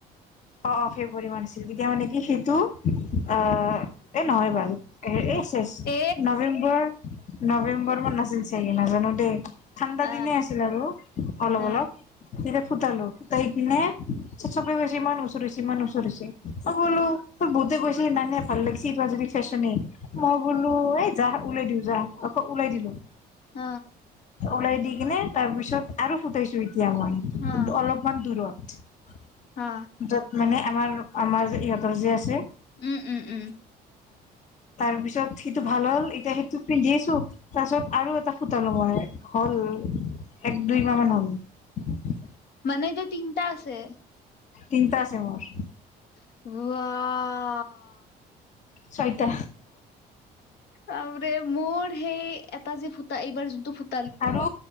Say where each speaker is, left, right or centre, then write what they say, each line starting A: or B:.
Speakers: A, on the left; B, on the left.
A: অ', অ', ফেব্ৰুৱাৰী মান আছিল তেতিয়া মানে কি সেইটো অ', এ, নহয় বাৰু এ
B: এ
A: নৱেম্বৰ, নৱেম্বৰ মান আছিল চগে নাজানো দেই ঠাণ্ডা
B: হা
A: দিনেই আছিল আৰু অলপ
B: হা
A: অলপ তেয়া তল কতাই কিনে চ কছ ম ৰি ইমান চৰিছে অ', বোলো তোৰ বহুতে কৈছে নানে ভাল লাগি য ফেশচনে ম বোলো এ যাহ ওলাই দিও যাহ আকৌ ওলাই দিলো।
B: হা
A: ওলাই দি কিনে তাৰ পিছত আৰু ফুটাইছো। দয়া হয়
B: হা
A: কিন্তু অলপমান দূৰত
B: হা
A: মানে আমাৰ আমাৰ ইহঁতৰ যে আছে।
B: উম, উম, উম।
A: তাৰপিছত সেইটো ভাল হ'ল এতিয়া সেইটো পিন্ধি আছো তাৰপিছত আৰু এটা ফুটালো মই হ'ল এক দুইমাহ মান হ'ল।
B: মনে যে চিন্তা আছে।
A: তিনিটা আছে মোৰ।
B: <inaudible>
A: ছয়টা।
B: আ যে মোৰ সেই এটা যে ফুটা এইবাৰ যোনটো ফুট
A: আৰু,